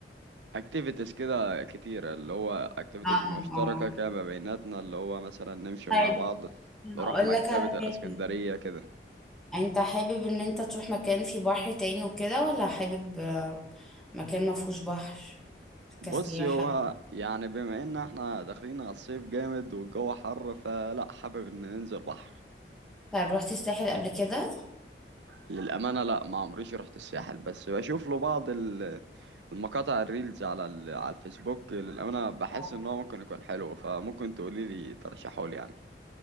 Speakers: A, on the right; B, in the centre.
A: اكتيفيتيز كده كتيرة اللي هو اكتيفيتيز
B: اه
A: مشتركة
B: اه
A: كده ما بيناتنا اللي هو مثلا نمشي
B: طيب
A: مع بعض نروح
B: هقول
A: مكتبة
B: لك على
A: الاسكندرية
B: حاجة
A: كده
B: انت حابب ان انت تروح مكان فيه بحر تاني وكده ولا حابب مكان ما فيهوش بحر
A: بص
B: كسياحة
A: هو يعني بما ان احنا داخلين على الصيف جامد والجو حر فلا حابب ان ننزل بحر
B: طيب رحت الساحل قبل كده
A: للأمانة لا ما عمريش رحت الساحل بس بشوف له بعض ال- المقاطع الريلز على ال- على الفيسبوك للأمانة بحس
B: آه.
A: ان هو ممكن يكون حلو فممكن تقولي لي ترشحه لي يعني